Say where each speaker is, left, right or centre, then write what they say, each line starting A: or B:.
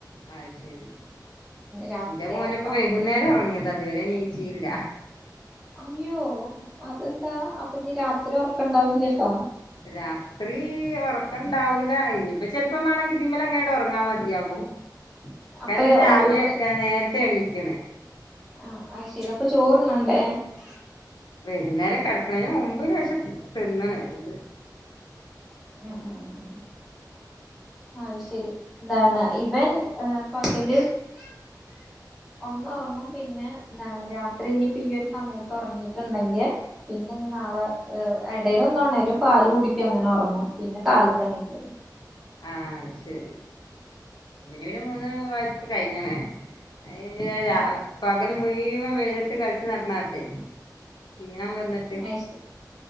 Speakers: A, on the left; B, in the centre.
A: അത് ശെരി
B: രാത്രി
A: എന്റെ മോന് ഇപ്പോ
B: ഒറങ്ങും
A: വൈകുന്നേരം ഉറങ്ങിയതാ അതുവരെ എണി - <inaudible> ഇല്ല
B: അയ്യോ അതെന്താ അപ്പൊ ഇനി രാത്രി ഉറക്കണ്ടാവില്ലേ ട്ടോ
A: രാത്രി ഉറക്കംണ്ടാവൂല ഇനിയിപ്പ ചെലപ്പോ വേണെങ്കിൽ ഇതിമേല് അങ്ങണ്ട് ഉറങ്ങാ മതിയാകും
B: അപ്പൊ
A: കാരണം ഇന്ന് രാവിലെ
B: ഊണ്
A: നേരത്തെ എണീറ്റാണ്
B: ആഹ് അത്ശരി അപ്പൊ ചോറുണ്ണണ്ടേ
A: വൈകുന്നേരം കിടക്കണേന് മുമ്പ് ലേശം തിന്നണ് അതോണ്ട്-
B: ഉം ഉം ഉം ഉ അത്ശരി ഇതാണ് ഇവൻ ആഹ് പകല് ഒന്ന് ഉറങ്ങും പിന്നെ എന്താ രാത്രി ഇനി ഇപ്പ ഈയൊരു സമയത്ത് ഉറങ്ങിയിട്ടുണ്ടെങ്കിൽ പിന്നഞ്ഞി നാളെ എടേൽ ഒന്നോണരും പാല് കുടി അങ്ങനെ ഉറങ്ങും പിന്നെ കാലത്തെണീക്കുള്ളൂ
A: ആഹ്ശരി വന് പിന്നെ മൂന്ന് വയസ്സ് കഴിഞ്ഞണ് <unintelligible>
B: ഉം
A: പകല് മുഴ്- വെയിലത്ത് കളിച്ചു നടന്നാട്ടെ ക്ഷീണം വന്നിട്ട്
B: അത് ശരി